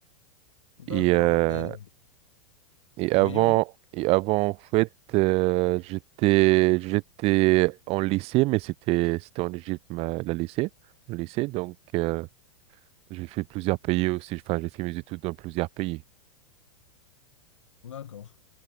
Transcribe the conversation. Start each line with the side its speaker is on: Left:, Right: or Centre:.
Left: d'accord.
Right: Et euh,
Left: Et
Right: et avant
Left: oui, oui,
Right: et avant en fait euh, j'étais j'étais en lycée mais c'était c'était en Égypte ma, la lycée le lycée donc euh, j'ai fait plusieurs pays aussi. Enfin j'ai fait mes études dans plusieurs pays
Left: d'accord.